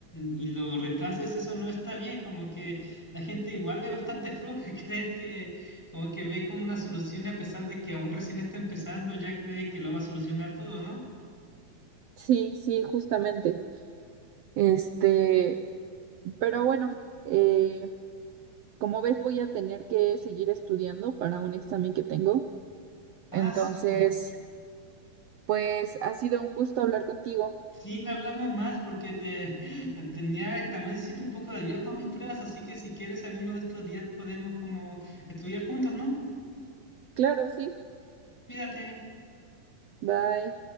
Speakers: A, in the centre; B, on the right.
A: y lo reemplaces, eso no está bien. Como que la gente igual es bastante floja, <laughs> crees que como que ve como una solución y a pesar de que aún recién está empezando, ya cree que lo va a solucionar todo, ¿no?
B: Sí, sí, justamente. Este, pero bueno, eh, como ves, voy a tener que seguir estudiando para un examen que tengo.
A: Ah,
B: Entonces,
A: cierto.
B: pues ha sido un gusto hablar contigo.
A: Sí, no hablamos más porque te, <laughs> tenía, también necesito un poco de ayuda para mis pruebas, así que si quieres alguno de estos días podemos como estudiar juntos, ¿no?
B: Claro, sí.
A: Cuídate.
B: Bye.